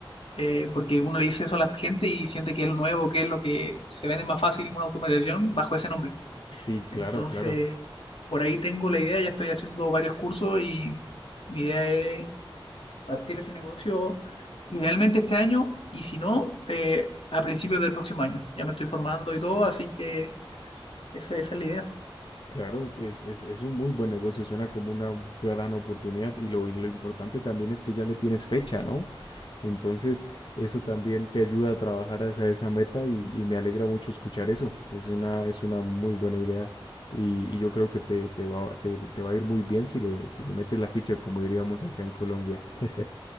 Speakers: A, on the left (about 85°); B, on the left (about 60°).
A: eh, porque uno le dice eso a la gente y siente que es lo nuevo, que es lo que se vende más fácil una automatización bajo ese nombre.
B: Sí, claro,
A: Entonces,
B: claro.
A: por ahí tengo la idea, ya estoy haciendo varios cursos y mi idea es partir ese negocio idealmente este año y si no, eh, a principios del próximo año. Ya me estoy formando y todo, así que esa, esa es la idea.
B: Claro, es, es, es un muy buen negocio, suena como una gran oportunidad y lo, y lo importante también es que ya le tienes fecha, ¿no? Entonces, eso también te ayuda a trabajar hacia esa meta y, y me alegra mucho escuchar eso. Es una, es una muy buena idea y, y yo creo que te, te va, te, te va a ir muy bien si le, si le metes la ficha, como diríamos acá en Colombia. <laughs>